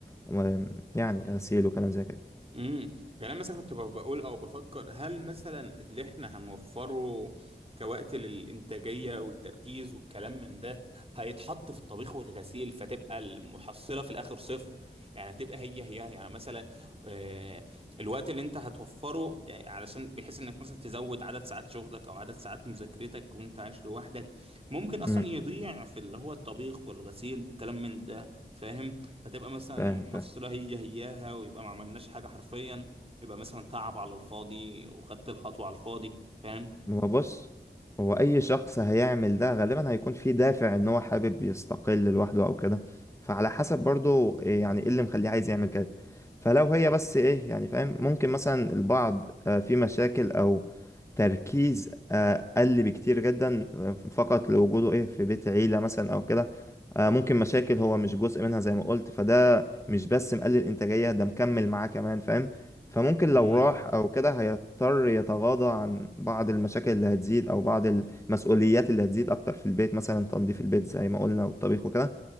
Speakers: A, on the left; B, on the right.
A: و- يعني غسيل وكلام زي كده
B: امم يعني انا مثلا كنت ب- بقول او بفكر هل مثلا اللي احنا هنوفره كوقت للانتاجيه والتركيز والكلام من ده هيتحط في الطبيخ والغسيل فتبقى المحصله في الاخر صفر يعني هتبقى هي هي يعني مثلا آه، الوقت اللي انت هتوفره يعني علشان بحيث انك مثلا تزود عدد ساعات شغلك او عدد ساعات مذاكرتك وانت عايش لوحدك ممكن اصلا
A: امم
B: يضيع في اللي هو الطبيخ والغسيل الكلام من ده فاهم فتبقى مثلا
A: فاهم
B: محصلة
A: فاهم
B: هي هياها ويبقى ما عملناش حاجة حرفيا يبقى مثلا تعب على الفاضي وخدت الخطوة على الفاضي فاهم
A: هو بص هو اي شخص هيعمل ده غالبا هيكون فيه دافع ان هو حابب يستقل لوحده او كده فعلى حسب برضو إيه يعني ايه اللي مخليه عايز يعمل كده فلو هي بس ايه يعني فاهم ممكن مثلا البعض آه، في مشاكل او تركيز آه، قل بكتير جدا آه، فقط لوجوده ايه في بيت عيلة مثلا او كده آه، ممكن مشاكل هو مش جزء منها زي ما قلت فده مش بس مقلل انتاجية ده مكمل معاه كمان فاهم فممكن
B: مم.
A: لو راح او كده هيضطر يتغاضى عن بعض المشاكل اللي هتزيد او بعض المسؤوليات اللي هتزيد اكتر في البيت مثلا تنظيف البيت زي ما قلنا والطبيخ وكده